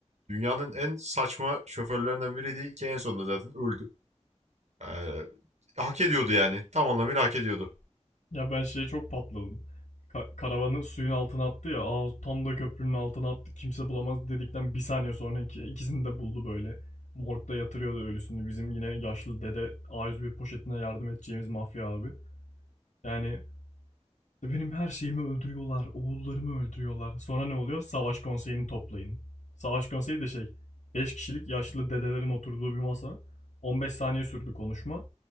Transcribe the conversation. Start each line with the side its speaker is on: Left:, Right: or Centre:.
Right: Dünyanın en saçma şoförlerinden biriydi ki en sonunda zaten öldü. Ee, hak ediyordu yani. Tam anlamıyla hak ediyordu.
Left: Ya ben şeye çok patladım. Ka- karavanı suyun altına attı ya. Aa tam da köprünün altına attı. Kimse bulamaz dedikten bir saniye sonra iki- ikisini de buldu böyle. Morgda yatırıyordu ölüsünü. Bizim yine yaşlı dede a yüz bir poşetine yardım edeceğimiz mafya abi. Yani İşte Benim her şeyimi öldürüyorlar, oğullarımı öldürüyorlar. Sonra ne oluyor? Savaş konseyini toplayın. Savaş konseyi de şey, 5 kişilik yaşlı dedelerin oturduğu bir masa. 15 saniye sürdü konuşma.